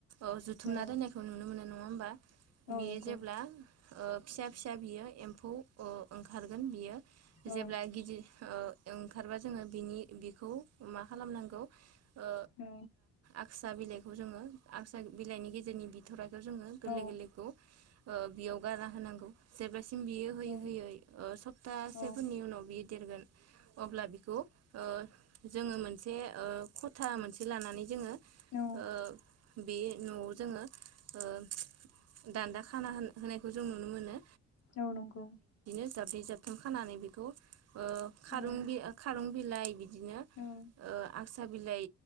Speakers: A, on the right (about 55°); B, on the left (about 50°).
A: औह जुथुमना
B: औ
A: रायनायखौ नुनो मोनो नं नङा होमबा
B: औ
A: बेयो
B: नंगौ
A: जेब्ला ओ फिसा फिसा बियो एम्फौ अ ओंखारगोन बियो
B: औ
A: जेब्ला गिदिर ओ ओंखारबा जोङो बिनि बेखौ मा खालामनांगौ ओ
B: औ
A: आक्सा बिलाइ खौ जोङो आगसा बिलाइनि गेजेरनि बि थराइखौ जोङो गोरलै
B: औ
A: गोरलैखौ ओ बियाव गारना होनांगौ जेब्ला बियो होयो
B: औ
A: होयै ओ सप्तासेफोरनि
B: औ
A: उनाव बि दिरगोन अब्ला बेखौ ओ जोङो मोनसे ओ खथा मोनसे लानानै जोङो
B: औ
A: ओ बे न'आव जोङो ओ दान्दा खाना होन होनायखौ जों नुनो मोनो
B: औ नंगौ
A: जाबै जाबथुम खानानै बेखौ अ खार
B: औ
A: बि खार बिलाय बिदिनो
B: औ
A: ओह आं सा बिलाइ